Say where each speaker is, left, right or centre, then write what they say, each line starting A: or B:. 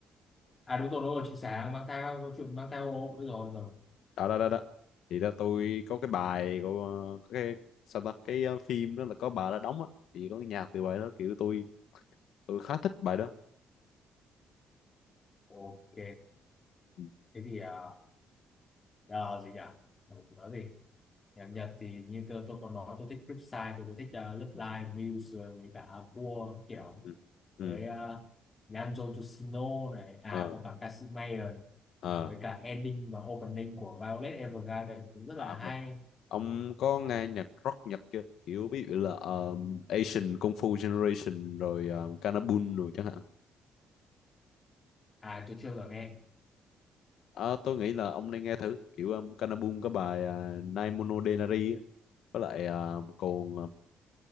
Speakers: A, on the left; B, on the left.
A: à đúng rồi đúng rồi chị sáng mang theo câu chuyện mang theo ô đúng rồi đúng rồi
B: đó đó đó đó thì đó tôi có cái bài của ờ, có cái sao ta cái ờ, phim đó là có bà đó đóng á thì có cái nhạc từ bài đó kiểu tôi tôi khá thích bài đó
A: ok
B: ừ
A: thế thì à, à, gì nhỉ nói, nói gì nhạc Nhật thì như tôi, tôi còn nói tôi thích Flipside tôi cũng thích uh, Love Live Muse rồi với cả Aqua kiểu
B: ừ ừ.
A: với uh, Nanjo Yoshino này à
B: ờ
A: có cả Kashmir
B: ờ
A: với cả ending và opening của Violet Evergarden cũng rất là
B: à,
A: hay
B: đúng rồi. ông có nghe nhạc rock Nhật chưa kiểu ví dụ là ờ, Asian Kung Fu Generation rồi uh, Kanabun rồi chẳng hạn
A: à tôi chưa bao giờ nghe
B: Ờ, tôi nghĩ là ông nên nghe thử kiểu um, Kanabun có bài uh, Nai Mono Denari á với lại ờ, còn ờ,